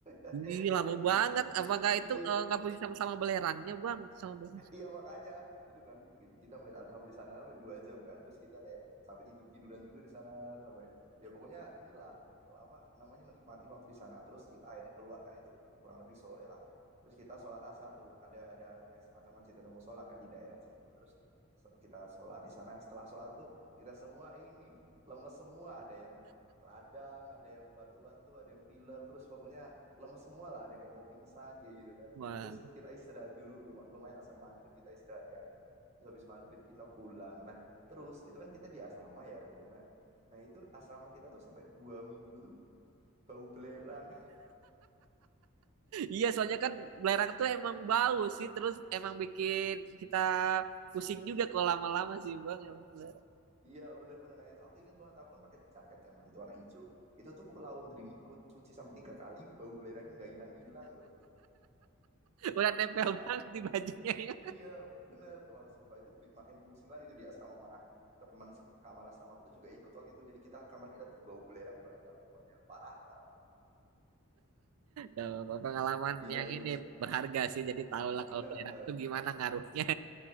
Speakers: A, on the right; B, on the right.
A: <laughs>
B: ih,
A: sampai
B: lama
A: tidur
B: banget.
A: tidur.
B: Apakah itu
A: Iya,
B: eh, nggak punya sama-sama belerangnya, Bang? Sama belerang.
A: iya makanya itu kan kita main Arkham di sana sampai dua jam kan. Terus kita kayak sampai tidur tiduran juga di sana sampai ya pokoknya inilah apa namanya menikmati waktu di sana. Terus kita akhirnya keluar kan itu kurang lebih sore lah. Terus kita sholat asar tuh ada ada kayak semacam masjid atau musola kan di daerah situ. Terus so- kita sholat di sana. Setelah sholat tuh kita semua ini lemes semua. Ada yang radang, ada yang batu-batu, ada yang pilek. Terus pokoknya lemes semua lah. Ada yang kayak mau pingsan kayak gitu kan
B: Wah.
A: terus kita istirahat dulu lumayan lah, sampai maghrib kita istirahat kan terus habis maghrib kita pulang nah terus itu kan kita di asrama ya rombongan nah itu asrama kita tuh sampai dua minggu tuh bau belerang
B: Iya, soalnya kan belerang tuh emang bau sih, terus emang bikin kita pusing juga kalau lama-lama sih, Bang. Emang belerang.
A: iya <laughs> bener-bener nah itu aku ingat banget aku kan pakai jaket kan waktu itu warna hijau itu tuh ku laundry ku cuci sampai tiga kali bau belerang nggak hilang-hilang loh
B: Udah nempel
A: <laughs>
B: <laughs> banget
A: aduh
B: di bajunya ya.
A: Iya bener Wah sumpah itu makin pusing lah itu di asrama mana Teman kamar asrama aku tuh juga ikut waktu itu Jadi kita kamar kita tuh bau belerang banget lah pokoknya Parah parah
B: Ya, pengalaman
A: Iya
B: yang
A: iya
B: ini berharga sih. Jadi tahulah
A: Bener,
B: kalau belerang tuh gimana ngaruhnya.